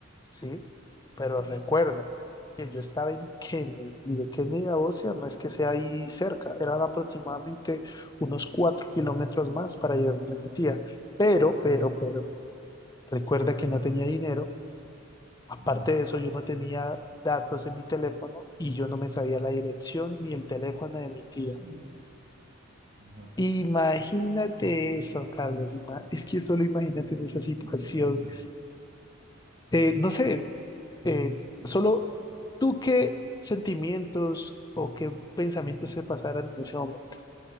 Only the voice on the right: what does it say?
sí.
No,
no,
Uf, no,
no,
no.
Qué problema.
No,